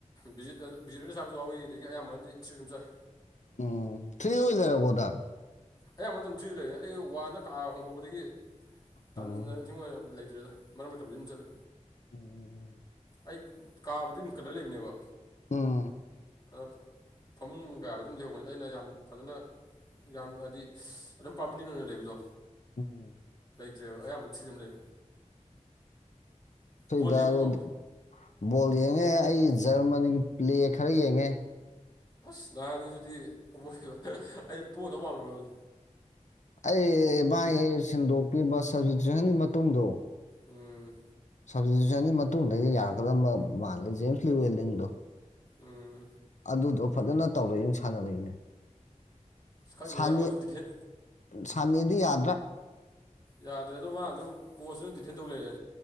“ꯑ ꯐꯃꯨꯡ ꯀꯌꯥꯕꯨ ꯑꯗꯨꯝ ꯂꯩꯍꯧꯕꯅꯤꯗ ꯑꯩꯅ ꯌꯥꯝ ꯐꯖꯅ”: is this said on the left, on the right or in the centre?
Left